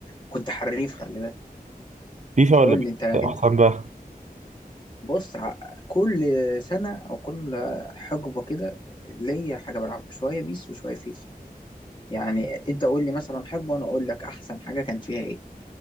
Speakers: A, on the left (about 30°); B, on the right (about 50°).
A: كنت حريف خلي بالك
B: فيفا ولا
A: قول
B: بيس
A: لي انت كده
B: احسن بقى
A: بص ع- كل سنة او كل حقبة كده ليا حاجة بلعبها شوية بيس وشوية فيفا يعني انت قول لي مثلا حقبة وانا اقول لك احسن حاجة كان فيها ايه